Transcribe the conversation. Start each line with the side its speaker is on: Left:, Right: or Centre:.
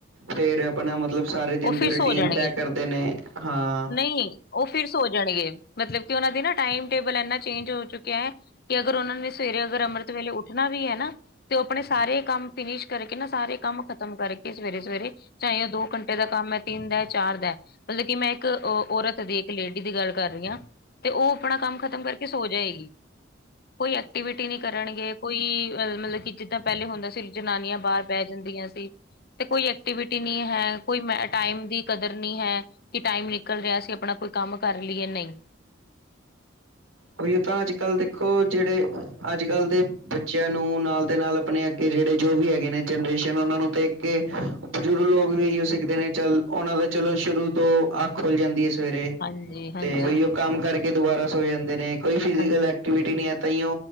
Right: ਫੇਰ ਆਪਣਾ ਮਤਲਬ ਸਾਰੇ, ਦਿਨ
Left: ਉਹ ਫਿਰ
Right: ਦੀ ਰੂਟੀਨ
Left: ਸੋ ਜਾਣਗੇ
Right: ਤੈਅ ਕਰਦੇ ਨੇ ਹਾਂ।
Left: ਨਹੀਂ। ਉਹ ਫਿਰ ਸੋ ਜਾਣਗੇ, ਮਤਲਬ ਕਿ ਉਹਨਾਂ ਦੀ ਨਾ ਟਾਈਮ ਟੇਬਲ ਇਨਾ ਚੇਂਜ ਹੋ ਚੁੱਕਿਆ ਹੈ। ਅਗਰ ਉਹਨਾਂ ਨੇ ਸਵੇਰੇ ਅਗਰ ਵੇਲੇ ਉੱਠਣਾ ਵੀ ਹੈ ਨਾ ਤੇ ਉਹ ਆਪਣੇ ਸਾਰੇ ਕੰਮ ਫਿਨਿਸ ਕਰਕੇ ਨਾ, ਸਾਰੇ ਕੰਮ ਖ਼ਤਮ ਕਰਕੇ, ਸਵੇਰੇ- ਸਵੇਰੇ ਚਾਹੇ ਉਹ ਦੋ ਘੰਟੇ ਦਾ ਕੰਮ ਐ, ਤਿੰਨ ਦਾ, ਚਾਰ ਦਾ, ਮਤਲਬ ਕਿ ਮੈਂ ਇੱਕ ਔਰਤ ਦੇ ਲੇਡੀ ਦੀ ਗੱਲ ਕਰ ਰਹੀ ਆ, ਤੇ ਉਹ ਆਪਣਾ ਕੰਮ ਖਤਮ ਕਰਕੇ ਸੋ ਜਾਏਗੀ। ਕੋਈ ਐਕਟੀਵਿਟੀ ਨਹੀਂ ਕਰਨਗੇ, ਕੋਈ ਅ ਮਤਲਬ ਕਿ ਜਿ ਤਾਂ ਪਹਿਲੇ ਹੁੰਦਾ ਸੀ ਜਨਾਨੀਆਂ ਬਾਹਰ ਬਹਿ ਜਾਂਦੀਆਂ ਸੀ, ਤੇ ਕੋਈ ਐਕਟੀਵਿਟੀ ਨਹੀਂ ਹੈ। ਕੋਈ ਮੈਂ ਟਾਈਮ ਦੀ ਕਦਰ ਨਹੀਂ ਹੈ ਕਿ ਟਾਈਮ ਨਿਕਲ ਰਿਹਾ ਸੀ ਅਸੀਂ ਆਪਣਾ ਕੋਈ ਕੰਮ ਕਰ ਲਈਏ ਨਹੀਂ,
Right: ਕੋਈ ਉਹ ਤਾਂ ਅੱਜ-ਕੱਲ੍ਹ ਦੇਖੋ ਜਿਹੜੇ ਅੱਜ-ਕੱਲ੍ਹ ਦੇ। ਬੱਚਿਆਂ ਨੂੰ ਨਾਲ ਦੇ ਨਾਲ ਆਪਣੇ ਅੱਗੇ ਜਿਹੜੇ ਜੋ ਵੀ ਹੈਗੇ ਨੇ ਜਨਰੇਸ਼ਨ ਉਹਨਾਂ ਨੂੰ ਤੇ। ਕੇ ਬਜ਼ੁਰਗ ਲੋਕ ਵੀ ਇਹੀਓ ਸਿੱਖਦੇ ਨੇ ਚੱਲ ਉਹਨਾਂ ਦਾ ਚੱਲੋ ਸ਼ੁਰੂ ਤੋਂ ਅੱਖ ਖੁੱਲ ਜਾਂਦੀ ਐ। ਸਵੇਰੇ
Left: ਹਾਂਜੀ ਹਾਂਜੀ
Right: ਤੇ ਉਹੀ ਉਹ ਕੰਮ ਕਰਕੇ ਦੁਬਾਰਾ ਸੋ ਜਾਂਦੇ ਨੇ ਕੋਈ ਫਿਜ਼ਕਲ
Left: ਹਾਂਜੀ
Right: ਐਕਟੀਵ ਟੀ ਨਹੀਂ ਐ ਤਾਹੀਂਓ